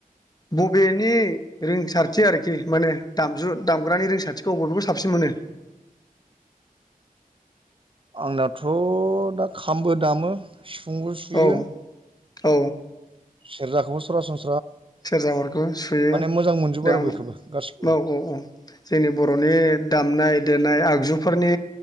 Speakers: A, on the left; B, on the right.
A: बबेनि रिंसारथि आरोखि माने दामजु दामग्रानि रिंसारथिखौ अबे अबेखौ साबसिन मोनो
B: आंनाथ' दा खामबो दामो सिफुंबो सुयो।
A: औ औ।
B: सेरजाखौबो सरासन
A: सेरजाफोरखौ सुयो
B: मोजां मोनजोबो
A: दा
B: आरो
A: औ
B: बयखौबो गासिखौबो
A: औ औ जोंनि बर' नि दामनाय देनाय आगजुफोरनि